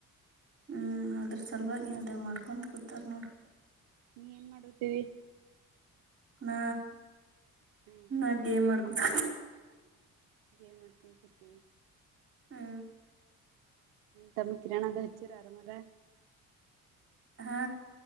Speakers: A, on the right (about 35°); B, on the right (about 75°).
A: ಹ್ಮ್ ಅದ್ರ ಸಲುವಾಗಿ ಅದೇ ಮಾಡ್ಕೊಂತ ಕುತಾರ್ ನೋಡ
B: ನೀ ಏನ್ ಮಾಡರ್ತೀವಿ
A: ನಾ
B: ಹ್ಮ್
A: ನಾ ಗೇಮ್ ಮಾಡ್ಕೊತ
B: ಏ ಗೇಮ್ ಮಾಡ್ಕೊಂಡು ಕೊತೀವಿ
A: ಹ್ಮ
B: ತಮ್ಮ ಕೀಣ ಅಂತ ಹಚಿರ ಆರಾಮ್ರ
A: ಹಾ